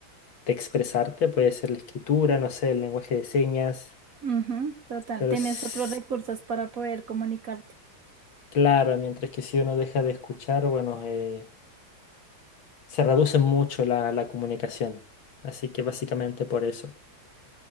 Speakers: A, on the left; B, on the right.
A: de expresarte. Puede ser la escritura, no sé, el lenguaje de señas.
B: Ujú, total,
A: Pero
B: tienes
A: es
B: otros recursos para poder comunicarte.
A: claro, mientras que si uno deja de escuchar, bueno, eh, se reduce mucho la, la comunicación. Así que básicamente por eso.